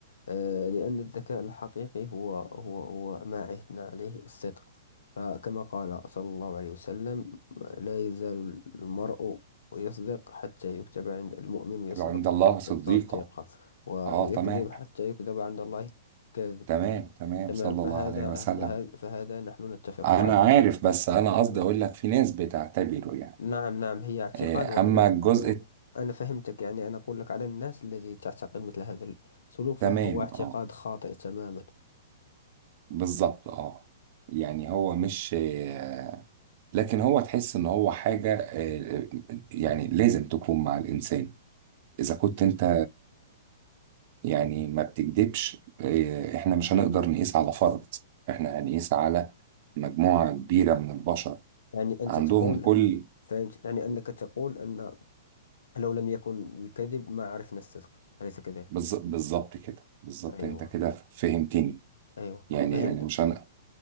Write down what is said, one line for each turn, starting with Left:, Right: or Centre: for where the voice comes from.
Left: آه، لأن الذكاء الحقيقي هو هو هو ما عهدنا عليه الصدق فكما قال صلى الله عليه وسلم لا يزال المرء يصدق حتى يكتب عند المؤمن يصدق
Right: عند الله صديقة
Left: صديقه ويكذب
Right: اه تمام
Left: حتى يكذب عند الله كذب
Right: تمام تمام
Left: تمام
Right: صلى
Left: فهذا
Right: الله عليه وسلم
Left: فهذا, فهذا نحن نتفق
Right: انا
Left: عليه
Right: عارف بس انا قصدي
Left: تمام
Right: اقول لك في ناس بتعتبره يعني
Left: نعم نعم هي اعتقاد
Right: آه،
Left: وأنا
Right: اما الجزء
Left: أنا أنا فهمتك يعني أنا أقول لك على الناس الذي تعتقد مثل هذا السلوك
Right: التمام
Left: فهو اعتقاد
Right: اه
Left: خاطئ تماما
Right: بالظبط اه يعني هو مش آه، لكن هو تحس ان هو حاجة آه، يعني لازم تكون مع الانسان اذا كنت انت يعني ما بتكدبش آه، احنا مش هنقدر نقيس على فرد احنا هنقيس على مجموعة كبيرة من البشر
Left: يعني أنت
Right: عندهم
Left: تقول
Right: كل
Left: فهمت يعني أنك تقول أن لو لم يكن الكذب ما عرفنا الصدق أليس كذلك؟
Right: بالظ- بالظبط كده بالظبط
Left: أيوه
Right: انت كده فهمتني
Left: أيوه
Right: يعني
Left: فهمت
Right: يعني مش انا